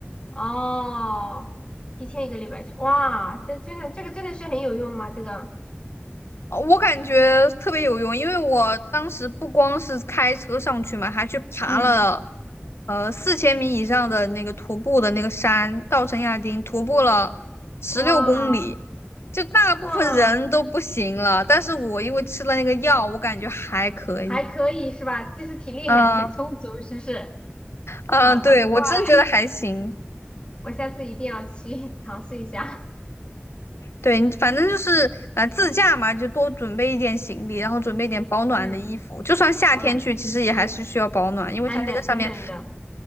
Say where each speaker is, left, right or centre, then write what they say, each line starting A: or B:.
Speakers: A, on the left; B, on the left.
A: 哦，提前一个礼拜吃，哇，这真的这个真的是很有用吗？这个，
B: 哦我感觉特别有用，因为我当时不光是开车上去嘛，还去爬了
A: 嗯，
B: 呃四千米以上的那个徒步的那个山，稻城亚丁，徒步了十六公里，
A: 哇
B: 就大部分人都不行了，
A: 哇。
B: 但是我因为吃了那个药，我感觉还可以。
A: 还可以是吧？就是体力很很充足，
B: 嗯
A: 是不是？啊，
B: 嗯，
A: 难怪，
B: 对，我真觉得还行。
A: <laughs> 我下次一定要去 <laughs> 尝试一下。
B: 对，你反正就是呃自驾嘛，就多准备一点行李，然后准备一点保暖的衣服。
A: 嗯，
B: 就算夏天去，
A: 保暖，
B: 其实也还是需要保暖，因为它那个上面
A: 很冷很冷的，